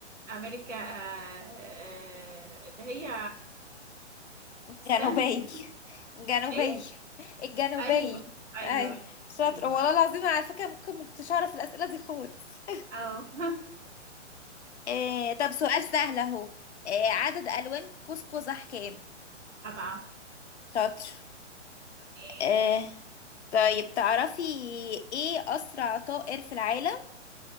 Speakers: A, on the right; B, on the left.
A: امريكا آه، آه، اللي هي استني
B: جنوبية جنوبية
A: ايه
B: الجنوبية
A: ايوه ايوه
B: أي شاطر
A: ايوه
B: والله العظيم على فكرة ممكن مكنتش أعرف الأسئلة دي خالص
A: اه <laughs>
B: آه... طب سؤال سهل أهو آه... عدد ألوان قوس قزح كام؟
A: سبعة
B: شاطر
A: ايه
B: آه... طيب تعرفي إيه أسرع طائر في العالم؟